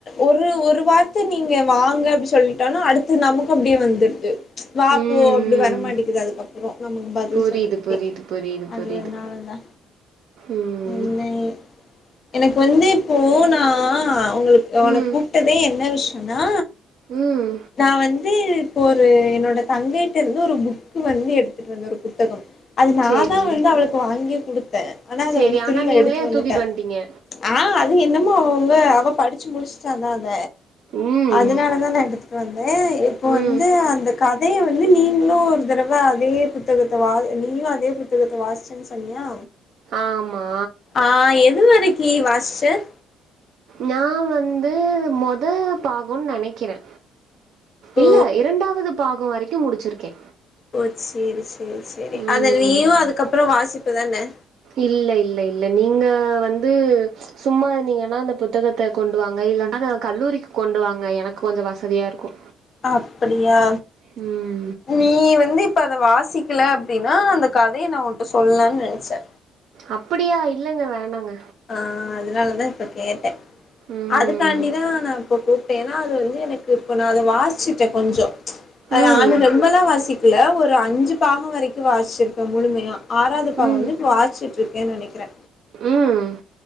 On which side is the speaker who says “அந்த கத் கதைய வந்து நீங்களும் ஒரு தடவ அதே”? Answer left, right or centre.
Left